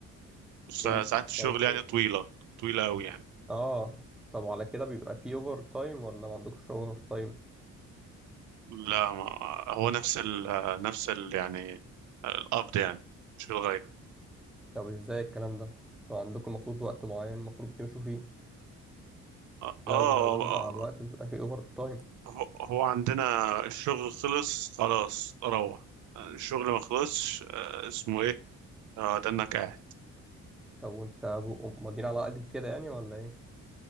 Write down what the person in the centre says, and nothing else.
ايه اللي بيحصل
على الشغل
اه طب وعلى كده بيبقى في اوفر تايم ولا ما عندكوش اوفر تايم
طب ازاي الكلام ده طب عندكم المفروض وقت معين المفروض بتمشوا فيه
لو
زودنا
على الوقت بيبقى في اوفر تايم
طب وانت ابو- ماضيين على قدب كده يعني ولا ايه